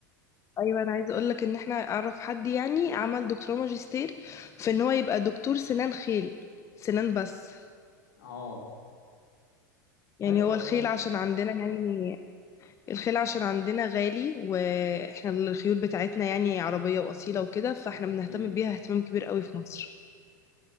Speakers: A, on the left; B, on the left.
A: ايوه انا عايزه اقول لك ان احنا اعرف حد يعني عمل دكتوراه ماجستير في ان هو يبقى دكتور سنان خيل سنان بس
B: اه
A: يعني
B: حلو
A: هو
B: والله
A: الخيل عشان عندنا يعني الخيل عشان عندنا غالي واحنا الخيول بتاعتنا يعني عربيه واصيله وكده فاحنا بنهتم
B: جدا
A: بيها اهتمام كبير قوي في مصر